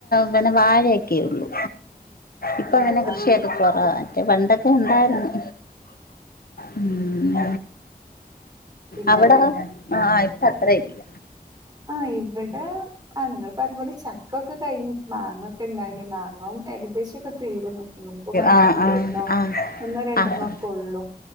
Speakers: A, on the left; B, on the right.
A: പിന്നെ വാഴയൊക്കെയേ ഉള്ളൂ ഇപ്പ
B: ആഹ്
A: പിന്നെ കൃഷിയൊക്കെ
B: ആഹ്
A: കൊറവാ മറ്റേ പണ്ടൊക്കെ ഉണ്ടായിരുന്നു ഉം
B: ഇല്ലല്ലേ
A: അവിടോ അ ആ അത്രയില്ല
B: ആ ഇ ഇവിടെ ആ നിങ്ങൾ പറഞ്ഞത്പോലെ ചക്കൊക്കെ കഴിഞ്ഞ് മാങ്ങ ഒക്കെ ഉണ്ടായി മാങ്ങ ഏകദേശൊക്കെ തീർന്നു ഇനിയിപ്പോ മരത്തുമ്മൽ
A: ആഹ് ആഹ്
B: ഒന്നോ
A: ആഹ്
B: ഒന്നോ രണ്ടെണ്ണോ
A: ആഹ്
B: ഒക്കെ ഉള്ളൂ